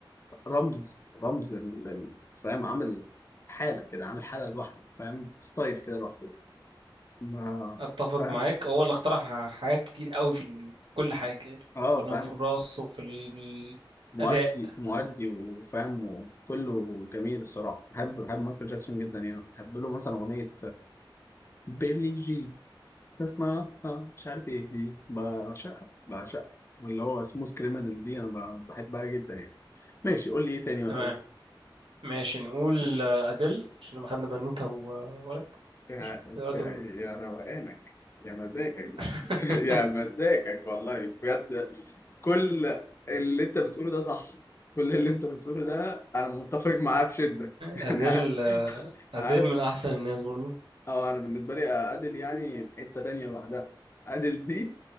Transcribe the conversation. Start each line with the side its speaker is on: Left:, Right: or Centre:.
Left: رمز رمز ال- ال- فاهم عامل حاله كده عامل حاله لوحده فاهم ستايل كده لوحده ما
Right: أتفق
Left: فاهم
Right: معاك هو اللي اخترع ح- حاجات كتير قوي في ال- في كل حاجة يعني
Left: اه
Right: في الغنى
Left: فاهم
Right: وفي الرقص وفي ال-
Left: مؤدي
Right: الأداء
Left: مؤدي وفاهم وكله جميل الصراحه بحب بحب مايكل جاكسون جدا يعني بحب له مثلا اغنيه بيلي جين اسمها اه مش عارف ايه دي بعشقها بعشقها واللي هو سموث كريمنال دي انا ب- بحبها جدا يعني ماشي قول لي ايه تاني مثلا
Right: تمام ماشي نقول
Left: <laughs>
Right: آه، أديل عشان لما خدنا بنوتة وولد
Left: يا
Right: مش ولد
Left: يا
Right: وبنوتة
Left: يا روقانك يا مزاجك
Right: <laughs>
Left: <laughs> يا مزاجك والله بجد كل اللي انت بتقوله ده صح كل اللي انت بتقوله ده انا متفق معاه بشدة <laughs>
Right: أديل
Left: يعني
Right: آه، أديل
Left: عارف
Right: من أحسن الناس برضو
Left: اه انا بالنسبه لي ادل يعني في حته تانية لوحدها ادل دي